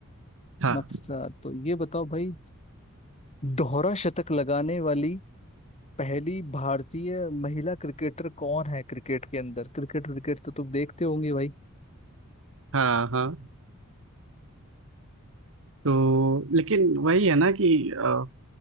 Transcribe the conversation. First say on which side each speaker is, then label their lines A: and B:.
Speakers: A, on the right (about 65°); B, on the left (about 30°).
A: हाँ
B: मत तो ये बताओ भाई दोहरा शतक लगाने वाली पहली भारतीय महिला क्रिकेटर कौन है क्रिकेट के अंदर क्रिकेट क्रिकेट तो तुम देखते होंगे भाई
A: हाँ हाँ तो लेकिन वही है ना कि अ,